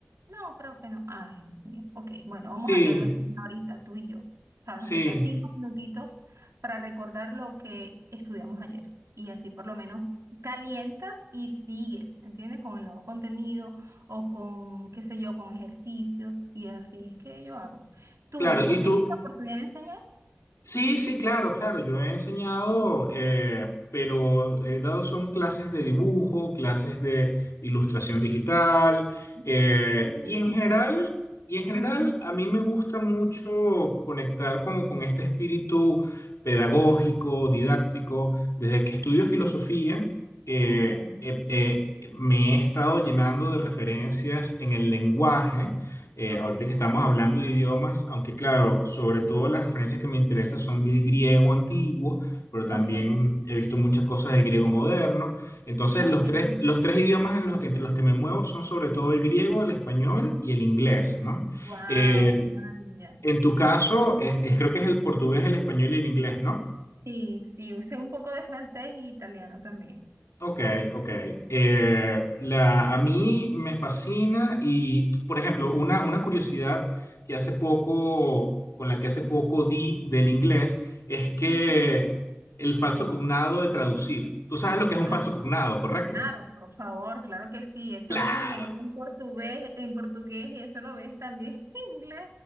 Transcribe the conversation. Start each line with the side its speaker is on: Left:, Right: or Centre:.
Right: No, profe, no. Ay, Dios mío. Ok, bueno,
Left: sí,
Right: vamos a hacerlo entonces ahorita, tú y yo. ¿Sabes?
Left: sí,
Right: Aunque sea cinco minutitos para recordar lo que estudiamos ayer. Y así por lo menos calientas y sigues, ¿entiendes? Con el nuevo contenido o con, qué sé yo, con ejercicios y así es que yo hago. ¿Tú,
Left: claro.
Right: tú
Left: ¿Y
Right: has
Left: tú?
Right: tenido la oportunidad de enseñar?
Left: Sí, sí, claro, claro. Yo he enseñado,
Right: No.
Left: eh, pero he dado son clases de dibujo, clases de ilustración digital, eh,
Right: Ah, Qué lindo
Left: y en general,
Right: es.
Left: y en general
Right: Ujú.
Left: a mí me gusta mucho conectar como con este espíritu pedagógico, didáctico. Desde que estudio filosofía, eh,
Right: Ok,
Left: eh, eh, me he estado llenando de referencias en el lenguaje eh,
Right: ok,
Left: ahorita que estamos hablando de idiomas, aunque claro, sobre todo las referencias que me interesan son del griego antiguo, pero también
Right: ok.
Left: he visto muchas cosas del griego moderno. Entonces,
Right: No,
Left: los
Right: qué
Left: tres,
Right: bien.
Left: los tres idiomas en los- entre los que me muevo son sobre todo el griego, el español y el inglés, ¿no?
Right: Wow,
Left: Eh,
Right: qué maravilla.
Left: en tu caso, es- es- creo que es el portugués, el español y el inglés, ¿no?
Right: Sí, sí, usé un poco de francés y italiano también.
Left: Ok, ok. Eh, la, a mí me fascina y, por ejemplo, una, una curiosidad que hace poco, con la que hace poco di del inglés, es que
Right: Ujú.
Left: el falso cognado de traducir. Tú sabes lo que es un
Right: Ah,
Left: falso cognado, ¿correcto?
Right: claro, por favor, claro que sí. Eso
Left: Claro.
Right: lo ves a menudo en portugués, en portugués y eso lo ves también <laughs> en inglés.